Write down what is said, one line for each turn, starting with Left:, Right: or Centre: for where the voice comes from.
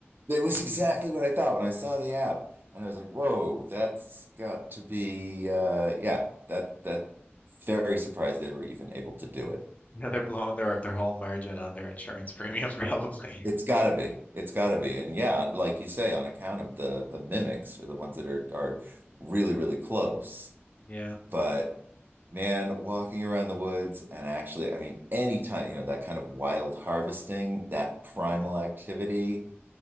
Right: That was exactly
Left: You know?
Right: what I thought when I saw the app, and I was like, "Whoa, that's got to be uh, yeah, that that very surprised they were even able to do it.
Left: Yeah, they're blowing their their whole margin on their insurance premium <laughs> probably.
Right: It's got to be, it's got to be, and yeah, like you say, on account of the the mimics are the ones that are are really really close.
Left: Yeah.
Right: But man, walking around the woods and actually, I mean, anytime you know that kind of wild harvesting, that primal
Left: hmm
Right: activity.